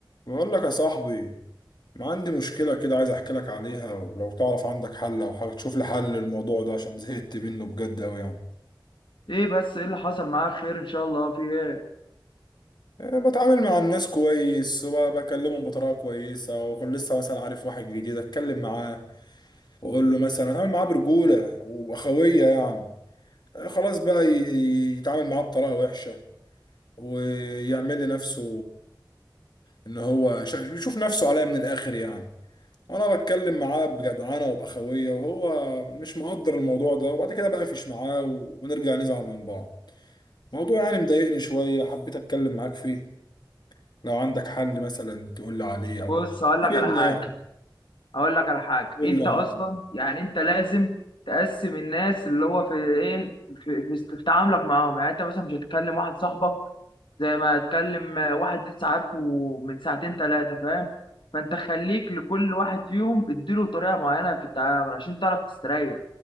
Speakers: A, on the left; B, on the left.
A: بقول لك يا صاحبي ما عندي مشكلة كده عايز احكي لك عليها ولو تعرف عندك حل او حاجة تشوف لي حل للموضوع ده عشان زهقت منه بجد اوي يعني
B: ايه بس ايه اللي حصل معاك خير ان شاء الله في ايه
A: أه، بتعامل مع الناس كويس وبكلمهم بطريقة كويسة وأكون لسه مثلا عارف واحد جديد أتكلم معاه وأقول له مثلا أتعامل معاه برجولة وأخوية يعني أه، خلاص بقى ي- يتعامل معاه بطريقة وحشة ويعمل لنفسه إن هو شا- يشوف نفسه عليا من الآخر يعني انا بتكلم معاه بجدعنه وباخويه وهو مش مقدر الموضوع ده وبعد كده بقفش معاه ونرجع نزعل من بعض موضوع يعني مضايقني شويه حبيت اتكلم معاك فيه لو عندك حل مثلا تقول لي عليه او
B: بص هقول
A: تفيدني
B: لك على حاجه
A: يعني
B: هقول لك على حاجه
A: قول
B: انت
A: لي يا
B: اصلا
A: معلم.
B: يعني انت لازم تقسم الناس اللي هو في ايه في, في, است- في تعاملك معاهم يعني انت مثلا مش هتكلم واحد صاحبك زي ما هتكلم آه، واحد لسه عارفه من ساعتين ثلاثه فاهم فانت خليك لكل واحد فيهم اديله طريقه معينه في التعامل عشان تعرف تستريح